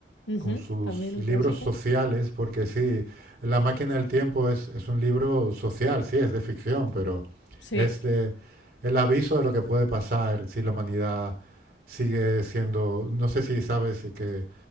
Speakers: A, on the left; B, on the right.
A: Ujú,
B: con sus
A: También un
B: libros
A: clásico.
B: sociales, porque sí, La máquina del tiempo es, es un libro social, sí, es de ficción, pero
A: Sí,
B: es de el aviso de lo que puede pasar si la humanidad sigue siendo, no sé si sabes que,